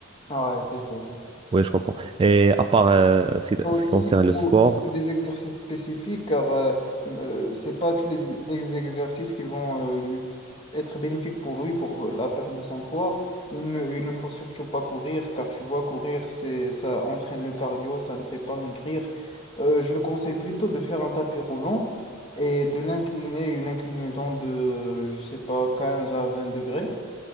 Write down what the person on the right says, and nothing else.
Oui, je comprends. Et à part euh, ce qui,
ce qui concerne
le
sport,